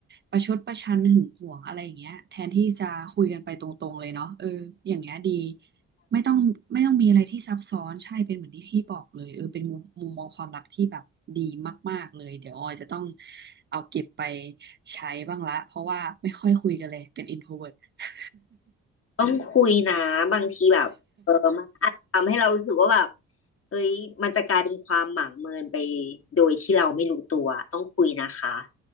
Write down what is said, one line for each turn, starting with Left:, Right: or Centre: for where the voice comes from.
Right: ประชดประชันหึงหวงอะไรอย่างเงี้ยแทนที่จะคุยกันไปตรงๆเลยเนาะเอออย่างเงี้ยดี ไม่ต้องไม่ต้องมีอะไรที่ซับซ้อนใช่เป็นเหมือนที่พี่บอกเลยเออเป็นมุมมุมมองความรักที่แบบดีมากๆเลยเดี๋ยวออยจะต้องเอาเก็บไปใช้บ้างละเพราะว่าไม่ค่อยคุยกันเลยเป็น introvert <laughs>
Left: ต้องคุยนะบางทีแบบเออมันอาจจะทำให้เรารู้สึกว่าแบบเฮ้ยมันจะกลายเป็นความหมางเมินไปโดยที่เราไม่รู้ตัวต้องคุยนะคะ